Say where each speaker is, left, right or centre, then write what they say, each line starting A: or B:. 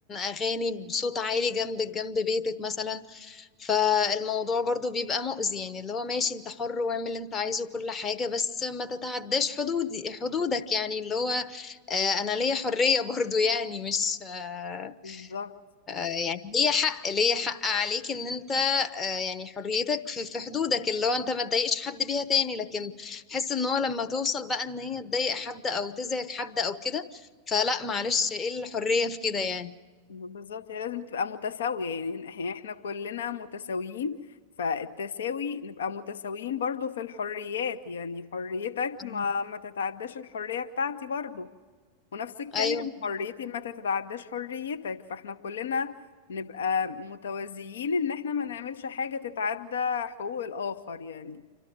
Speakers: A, on the left; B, on the left.
A: اغاني بصوت عالي جنب جنب بيتك مثلا فالموضوع برضو بيبقى مؤذي يعني اللي هو ماشي انت حر واعمل اللي انت عايزه وكل حاجة بس ما تتعداش حدودي حدودك يعني اللي هو آه، انا ليا حرية برضو يعني مش آه،
B: بالظبط
A: آه، يعني ليه حق ليه حق عليك ان انت آه، يعني حريتك في في حدودك اللي هو انت ما تضايقش حد بيها تاني لكن حس ان هو لما توصل بقى ان هي تضايق حد او تزعج حد او كده فلا معلش ايه الحرية في كده يعني
B: بالظبط هي لازم تبقى متساوية يعني إح- احنا كلنا متساويين فالتساوي نبقى متساويين برضو في الحريات يعني حريتك ما
A: مم.
B: ما تتعداش الحرية بتاعتي برضو ونفس الكلام
A: ايوه
B: حريتي ما تتعداش حريتك فاحنا كلنا نبقى متوازيين ان احنا ما نعملش حاجة تتعدى حقوق الآخر يعني